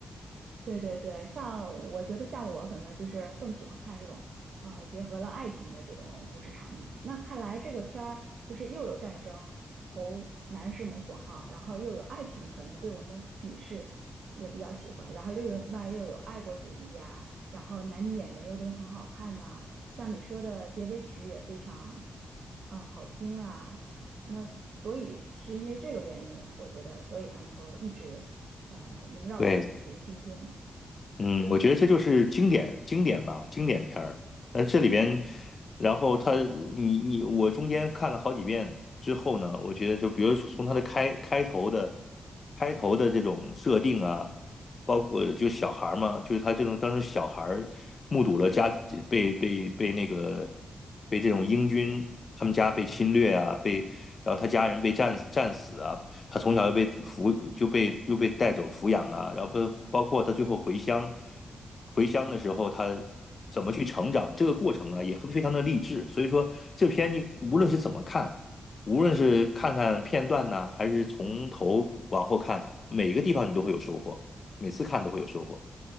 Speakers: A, on the right (about 75°); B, on the left (about 45°).
A: 对对对，像我觉得像我可能就是更喜欢看这种呃结合了爱情的这种故事场面。那看来这个片儿就是又有战争投男士们所好，然后又有爱情，可能对我们女士也比较喜欢。然后另外又有爱国主义呀、然后男女演员又都很好看呐、像你说的结尾曲也非常啊、呃好听啊。那所以是因为这个原因，我觉得所以它能够一直呃萦绕在你的心中。
B: 对，嗯，我觉得这就是经典经典吧，经典片儿。那这里边，然后他你你我中间看了好几遍之后呢，我觉得就比如从他的开开头的开头的这种设定啊，包括就小孩儿嘛，就是他这种当时小孩儿目睹了家被被被那个被这种英军他们家被侵略啊，被然后他家人被战战死啊，他从小又被抚就被又被带走抚养啊，然后包包括他最后回乡，回乡的时候他怎么去成长，这个过程啊也很非常的励志。所以说这篇你无论是怎么看，无论是看看片段呢、还是从头往后看，每个地方你都会有收获，每次看都会有收获。